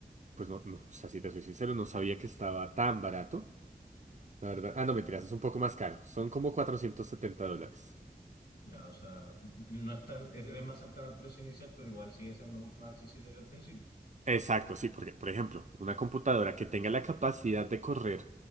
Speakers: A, on the right; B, on the left.
A: pues no, no, o sea, si te soy sincero, no sabía que estaba tan barato. La verdad, ah, no, mentiras,
B: Claro,
A: es un poco más caro. Son como 470 dólares.
B: ya, o sea, no es tan- es, es más cercano al precio inicial, pero igual sigue siendo mucho más accesible que al principio.
A: Exacto, sí, porque, por ejemplo, una computadora que tenga la capacidad de correr,